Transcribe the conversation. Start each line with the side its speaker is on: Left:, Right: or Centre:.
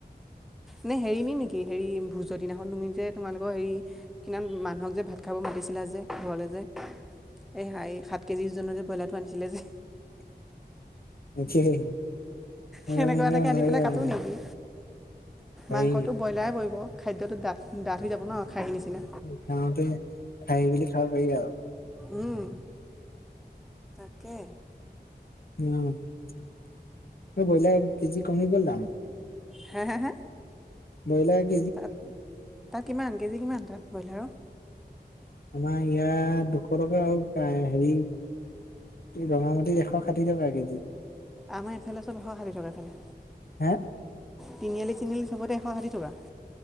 Centre: নে হেৰি ন নেকি হেৰি ভুজ <unintelligible> খন তুমি যে তোমালোকৰ হেৰি কিমান মানুহক যে ভাত খাব মাতিছিলা যে ঘৰলৈ যে। এই হাৰি এই সাত কেজিজনো যে ব্ৰইলাৰটো আনিছিলে যে।
Left: তাকে সেইকাৰণে
Centre: সেনেকুৱা এটাকে
Left: হেৰি
Centre: আনি পেলাই
Left: আৰু
Centre: কাটো নেকি?
Left: পাৰি
Centre: মাংসটো ব্ৰইলাৰ পৰিব খাদ্যযটো ডাঠ ডাঠ হৈ যাব ন খাহীৰ নিচিনা।
Left: খাওঁতে খাহী বুলি খাব পাৰি আও।
Centre: উম তাকে।
Left: উম ব্ৰইলাৰ এককেজি কমি গ'ল দাম।
Centre: হে হে হে
Left: ব্ৰলাই
Centre: তাত তাত কিমান কেজি কিমান তাত ব্ৰইলাৰৰ?
Left: আমাৰ ইয়াত দুশ টকা আৰু হেৰি। এ ৰঙামাটিত এশ ষাঠি টকা কেজি।
Centre: আমাৰ এইফালে চব এশ ষাঠি টকা এফালে।
Left: হে
Centre: তিনিআলি চনিআলি চবতে এশ ষাঠি টকা।